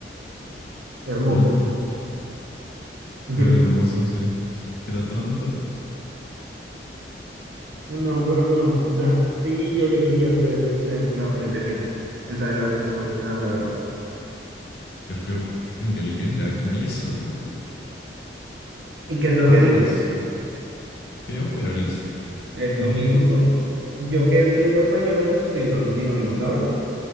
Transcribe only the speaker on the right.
hermoso.
<laughs>
No, pero no, o sea, sí yo elegiría ser, ser feo pero inteligente. Esa es la respuesta de verdad.
¿Y qué es lo
que
dice?
Es lo
mismo. son- Yo que di lengua española, pues estoy usando sinónimos, ¿sabes?